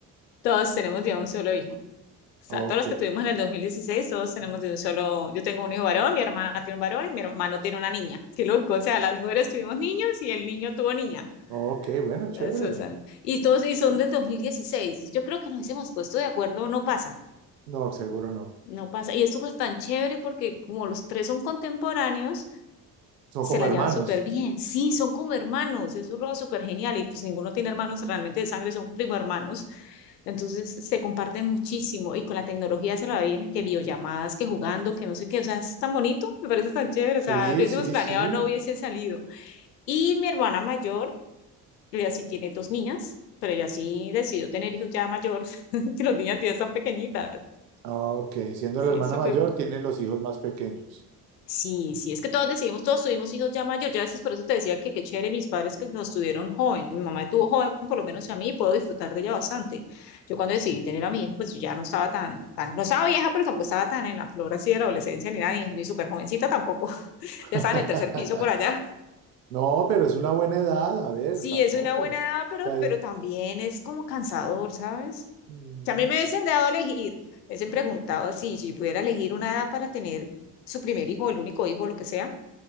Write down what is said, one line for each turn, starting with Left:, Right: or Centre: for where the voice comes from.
Left: Todos tenemos ya un solo hijo. O sea,
Right: Ok.
Left: todos los que tuvimos en el 2016, todos tenemos de un solo, yo tengo un hijo varón, mi hermana tiene un varón y mi hermano tiene una niña. Qué loco, o sea, las mujeres tuvimos niños y el niño tuvo niña,
Right: Ok, bueno, chévere.
Left: la Susan. Y todos, y son del 2016. Yo creo que nos hemos puesto de acuerdo, no pasa,
Right: No, seguro no.
Left: no pasa. Y es súper tan chévere porque como los tres son contemporáneos,
Right: Son
Left: se
Right: como
Left: la
Right: hermanos.
Left: llevan súper bien. Sí, son como hermanos, eso es lo súper genial. Y pues ninguno tiene hermanos realmente de sangre, son primo hermanos. Entonces se comparten muchísimo y con la tecnología se la vienen que videollamadas, que jugando, que no sé qué. O sea, es tan bonito, me parece tan chévere.
Right: Sí,
Left: O sea, lo hubiésemos
Right: sí,
Left: planeado,
Right: sí.
Left: no hubiese salido. Y mi hermana mayor, ella sí tiene dos niñas, pero ella sí decidió tener hijos ya mayor, <laughs> que las niñas ya están pequeñitas.
Right: Ok. Siendo
Left: Sí,
Right: la hermana
Left: súper
Right: mayor, tiene los hijos más pequeños.
Left: Sí, sí, es que todos decidimos, todos tuvimos hijos ya mayor, ya a veces por eso te decía que qué chévere mis padres que nos tuvieron joven, mi mamá tuvo joven, por lo menos a mí, puedo disfrutar de ella bastante. Yo cuando decidí tener a mi hijo, pues yo ya no estaba tan, tan, no estaba vieja, pero tampoco estaba tan en la flor así de la adolescencia, ni nada, ni, ni súper jovencita tampoco, <laughs>
Right: <laughs>
Left: ya estaba en el tercer piso por allá.
Right: No, pero es una buena edad. A ver,
Left: Sí,
Right: tampoco.
Left: es una buena
Right: O
Left: edad, pero,
Right: sea,
Left: pero también es como cansador, ¿sabes?
Right: mm,
Left: Que a mí me hubiesen dado a elegir, me hubiesen preguntado así, si yo pudiera elegir una edad para tener su primer hijo, el único hijo, lo que sea